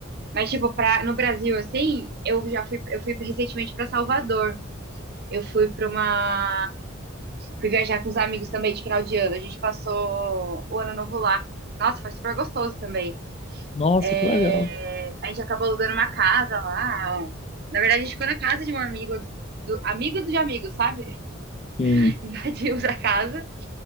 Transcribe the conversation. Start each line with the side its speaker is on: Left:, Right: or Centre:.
Right: Mas, tipo, pra, no Brasil, assim, eu já fui, eu fui recentemente pra Salvador. Eu fui pra uma. Fui viajar com os amigos também de final de ano. A gente passou o ano novo lá. Nossa, foi super gostoso também.
Left: Nossa,
Right: É,
Left: que legal.
Right: a gente acabou alugando uma casa lá. Na verdade, a gente ficou na casa de um amigo, do, amigo de amigo, sabe?
Left: Sim.
Right: <laughs> Invadimos a casa.